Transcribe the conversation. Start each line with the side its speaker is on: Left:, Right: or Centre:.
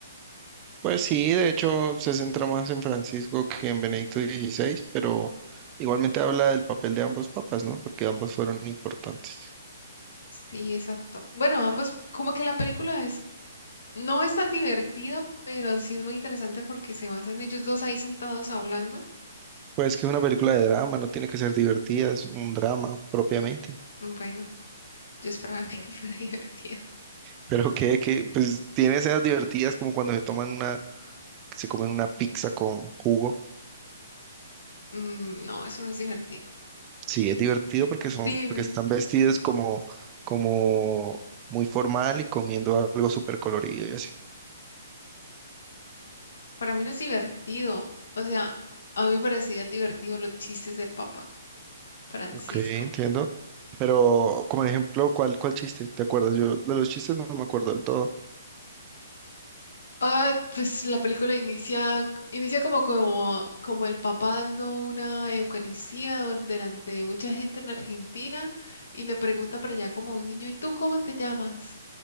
Right: Pues sí, de hecho se centra más en Francisco que en Benedicto XVI, pero igualmente habla del papel de ambos papas, ¿no? Porque ambos fueron importantes.
Left: Sí, exacto. Bueno, ambos, como que la película es, no es tan divertida, pero sí es muy interesante porque se basa en ellos dos ahí sentados hablando.
Right: Pues que es una película de drama, no tiene que ser divertida, es un drama propiamente. <laughs>
Left: Bueno, yo esperaba que <laughs> fuera divertida.
Right: Pero que, que, pues tiene escenas divertidas como cuando se toman una, se comen una pizza con jugo.
Left: Mm, no, eso no es divertido.
Right: Sí, es divertido porque son,
Left: Dime.
Right: porque están vestidos como, como muy formal y comiendo algo súper colorido y así.
Left: Para mí no es divertido. O sea, a mí me parecía divertido los chistes del Papa Francisco.
Right: Ok, entiendo. Pero, como ejemplo, ¿cuál, cuál chiste? ¿Te acuerdas? Yo de los chistes no me acuerdo del todo.
Left: Ah, pues la película inicia, inicia como, como, como el Papa dando una Eucaristía dur- delante de mucha gente en Argentina y le pregunta por allá como a un niño, ¿y tú cómo te llamas?